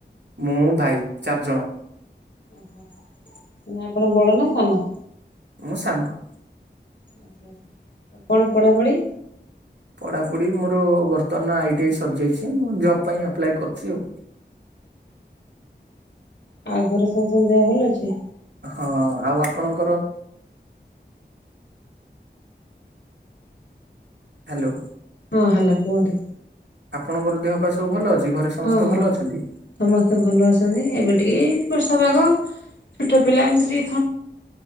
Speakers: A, on the right; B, on the left.
A: ମୁଁ ଭାଇ ଚାର୍ ଜଣ।
B: ଓହୋ ନାଇଁ ଆପଣ ବଡ ନା ସାନ?
A: ମୁଁ ସାନ।
B: ଆଚ୍ଛା ଆଚ୍ଛା ଆଉ କଣ ପଢାପଢି?
A: ପଢାପଢି ମୋରୋ ବର୍ତ୍ତମାନ ଆଇ ଟି ଆଇ ସରିଯାଇଛି ମୁଁ ଜବ୍ ପାଇଁ ଆପ୍ଲାଏ କରୁଛି ଆଉ।
B: ଆଉ ଘରେ ସମସ୍ତଙ୍କ ଦେହ ଭଲ ଅଛି।
A: ହଁ ଆଉ ଆପଣଙ୍କର ହାଲୋ।
B: ହଁ ହାଲୋ କୁହନ୍ତୁ।
A: ଆପଣଙ୍କର ଦେହ ପା ସବୁ ଭଲ ଅଛି। ଘରେ ସମସ୍ତେ
B: ହଁ ହଁ
A: ଭଲ ଅଛନ୍ତି?
B: ସମସ୍ତେ ଭଲ ଅଛନ୍ତି ଏବେ ଟିକେ ଏଇ ବର୍ଷା ପାଗ ଛୋଟୋ ପିଲା ଏମିତି ଟି